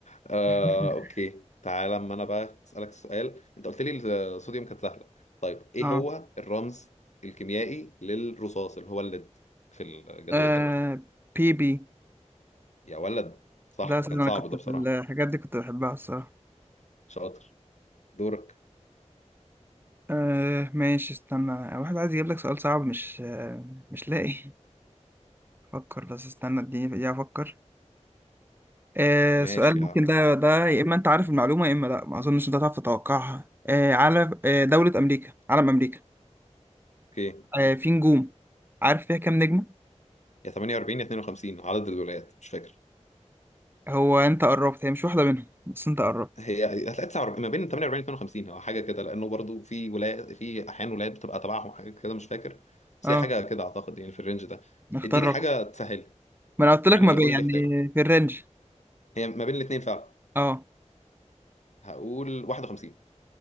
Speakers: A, on the left; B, on the right.
A: آه،
B: <laughs>
A: اوكي تعالى اما انا بقى اسالك سؤال انت قلت لي الصوديوم كانت سهلة طيب ايه
B: اه
A: هو الرمز الكيميائي للرصاص اللي هو الليد في الجدول
B: آه
A: الدوري
B: بي بي
A: يا ولد صح
B: لا أساسا
A: كان
B: أنا
A: صعب
B: كنت
A: ده
B: في
A: بصراحة
B: الحاجات دي كنت بحبها الصراحة
A: شاطر دورك
B: آه ماشي استنى واحد عايز يجيب لك سؤال صعب مش آه مش لاقي أفكر بس استنى اديني دقيقة أفكر آه
A: ماشي
B: سؤال
A: يا
B: ممكن
A: عم.
B: ده ده يا إما أنت عارف المعلومة يا إما لأ ما أظنش أنت هتعرف تتوقعها آه على آه دولة أمريكا علم أمريكا
A: اوكي
B: آه في نجوم عارف فيها كام نجمة؟
A: يا 48 يا 52 عدد الولايات مش فاكر
B: هو أنت قربت هي مش واحدة منهم بس أنت قربت
A: هي هتلاقي 49 ما بين 48 52 هو حاجه كده لانه برضو في ولايات في احيان ولايات بتبقى تبعهم حاجه كده مش فاكر بس
B: أه
A: هي حاجه كده اعتقد يعني في الرينج ده
B: نختار
A: اديني
B: رقم
A: حاجه تسهل
B: ما أنا قلت
A: يعني
B: لك ما بي
A: قول
B: يعني
A: لي اختيارها
B: في الرينج
A: هي ما بين الاثنين فعلا
B: أه
A: هقول 51